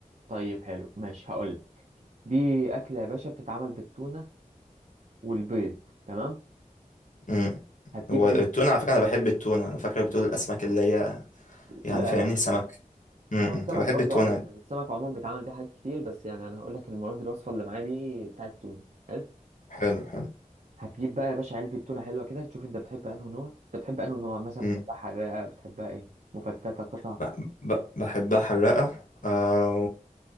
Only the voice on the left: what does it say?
امم
هو
التونة على فكرة أنا بحب التونة أنا فاكرك بتقول الأسماك اللي هي يعني
فاهمني
سمك امم
أنا بحب
التونة
حلو حلو
امم
ب... ب... بحبها حراقة أو